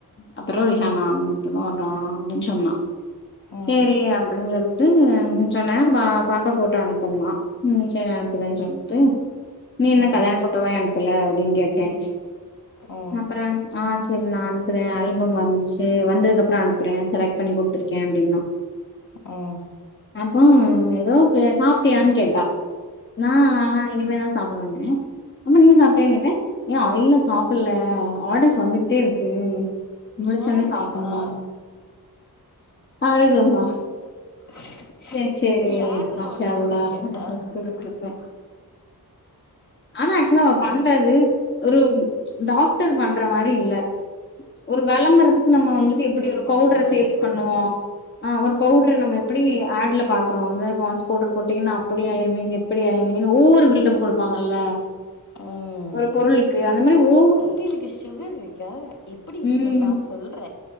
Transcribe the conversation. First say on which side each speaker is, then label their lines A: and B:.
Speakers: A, on the left; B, on the left.
A: அப்பறோ ரிஹானா <unintelligible> அப்புடின் சொன்னா
B: ம்
A: சேரி அப்புடினு சொல்ட்டு சொன்னே பா பாப்பா போட்டோ அனுப்பனுமா சேரி அனுப்புறன் சொல்ட்டு நீ என்ன
B: ம்
A: கல்யாண போட்டோவே அனுப்பல அப்டின் கேட்டே
B: ம் ம்
A: அப்பறம் ஆ செரி நா அனுப்புறே ஆல்பம் வந்துச்சு வந்ததுக்கு அப்றோ அனுப்புறே செலக்ட் பண்ணி குடுத்திருக்கே அப்புடின்னா
B: ம்
A: அப்றோ எதுவு பே சாப்ட்டியானு கேட்டா நா ஆ ஹா இனிமேதா சாப்புட்னுனே ஆமா நீ சாப்ட்டியானு கேட்டே ஏ அய்யய்ய சாப்புட்ல ஆர்டர்ஸ் வந்துகிட்டே இருக்கு முடுச்சோன்னே
B: யாரு பை
A: சாப்புட்ணு
B: வா
A: அப்டி சொன்னா
B: <inaudible>
A: சரி சரி
B: யார் டா
A: மாஷா
B: அவன்ட்ட இதெல்லா
A: அல்லா
B: கேட்டா
A: சொல்லிட்டு விட்ருப்பே ஆனா ஆக்சுவலா அவ பண்றது ஒரு டாக்டர் பண்ற மாரி இல்ல ஒரு வெளம்பரதுக்கு நம்ம
B: சேல்ஸ்
A: வந்துட்டு எப்டி
B: கேர்ள்
A: ஒரு
B: பண்ற
A: பவுடர
B: மாரி
A: சேல்ஸ்
B: இருக்கு
A: பண்ணுவோ ஆ ஒரு பவுடர நம்ம எப்டி ஆட்ல பாக்கறோல பான்ஸ் பவ்டர் போட்டீங்கன்னா அப்புடி ஆயிருவீங்க அப்டி ஆய்ருவிங்கன்னு ஓவரு பில்டப் கொடுப்பாங்கல்ல
B: ம்
A: ஒரு பொருளுக்கு அந்த மாதிரி ஓ
B: உங்களுக்கு சுகர் இருக்கா எப்புடி இருக்குன்
A: ம்
B: நா சொல்ற